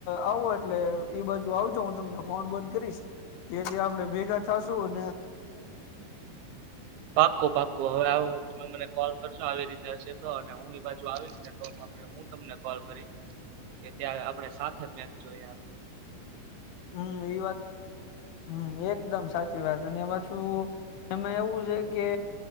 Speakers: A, on the left; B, on the right.
A: આવો એટલે એ બાજુ આવજો હું તમને ફોન બોન‌ કરીશ જેથી આપણે ભેગા થાસુ હોને.
B: પાકુ પાકુ હવે આવ ત મને કોલ કરજો આવી રીતે હશે તો અને હું એ બાજુ આવીશ ને તો આપ હું તમને કોલ કરીશ કે ત્યાં આપણે સાથે મેચ જોઈ આપ
A: હમ એ વાત હમ એકદમ સાચી. થી વાત અને પાછું એમાં એવું છે કે